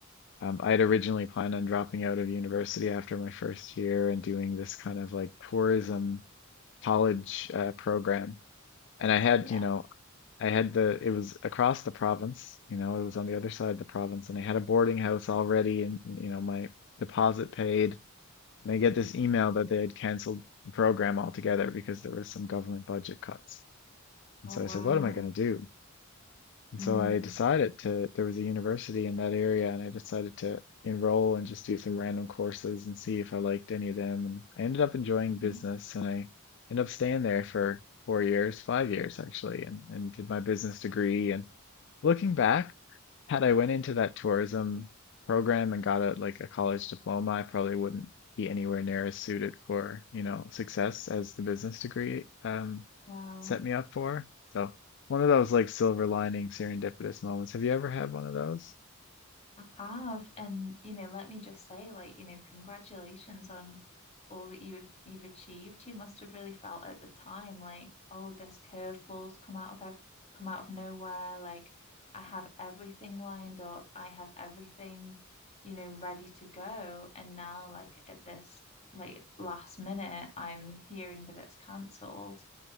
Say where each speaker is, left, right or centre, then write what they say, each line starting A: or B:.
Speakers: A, on the left; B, on the left.
A: Um, I had originally planned on dropping out of university after my first year and doing this kind of like tourism college uh, program. And I had,
B: Oh, yeah.
A: you know, I had the it was across the province, you know, it was on the other side of the province, and I had a boarding house already and you know, my deposit paid. And I get this email that they had canceled the program altogether because there was some government budget cuts. And
B: Oh,
A: so
B: wow.
A: I said, what am I going to do? And
B: Mm.
A: so I decided to, there was a university in that area and I decided to enroll and just do some random courses and see if I liked any of them. And I ended up enjoying
B: hmm
A: business and I ended up staying there for four years, five years actually, and, and did my business degree and Looking back, had I went into that tourism program and got a like a college diploma, I probably wouldn't be anywhere near as suited for, you know, success as the business degree um
B: Wow.
A: set me up for. So one of those like silver lining serendipitous moments. Have you ever had one of those?
B: I have, and you know, let me just say, like, you know, congratulations on all that you you've achieved. You must have really felt at the time, like, oh, this curveball's come out of ev come out of nowhere. Like, I have everything lined up. I have everything, you know, ready to go. And now, like, at this like last minute, I'm hearing that it's cancelled.